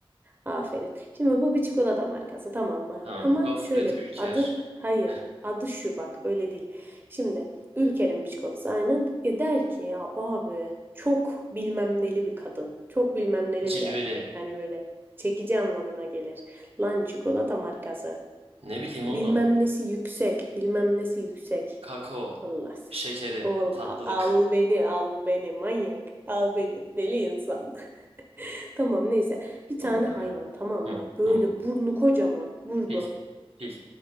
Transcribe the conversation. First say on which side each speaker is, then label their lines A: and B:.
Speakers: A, on the right (about 20°); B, on the right (about 75°).
A: Aferin. Şimdi bu bir çikolata markası tamam mı?
B: Tamam,
A: Ama
B: gofret,
A: şöyle bir
B: ülker,
A: adı hayır.
B: Heh.
A: Adı şu bak öyle değil. Şimdi Ülker'in bir çikolatası aynen. E der ki ya abi çok bilmem neli bir kadın. Çok bilmem neli
B: cilveli,
A: bir erkek. Hani böyle çekici anlamına gelir. Lan çikolata markası.
B: ne bileyim oğlum,
A: Bilmem nesi yüksek. Bilmem nesi yüksek.
B: kakao,
A: Allah seni.
B: şekeri,
A: Oğlum
B: tatlılık.
A: a- al beni al beni manyak. Al beni deli insan. <laughs> Tamam neyse. Bir tane
B: Doğru
A: hayvan
B: ya.
A: tamam
B: Hı,
A: mı? Böyle
B: hı.
A: burnu kocaman. Burnu.
B: Fil, fil,